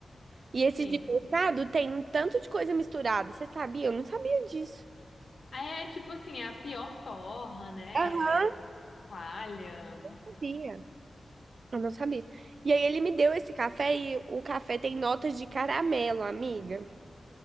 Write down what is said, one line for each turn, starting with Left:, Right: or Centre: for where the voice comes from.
Right: E esse
Left: Sim.
Right: de mercado tem um tanto de coisa misturada, você sabia? Eu não sabia disso.
Left: É tipo assim, é a pior torra, né?
Right: Aham.
Left: Palha, umas
Right: Sabia.
Left: coisas.
Right: Eu não sabia. E aí ele me deu esse café e o café tem notas de caramelo, amiga.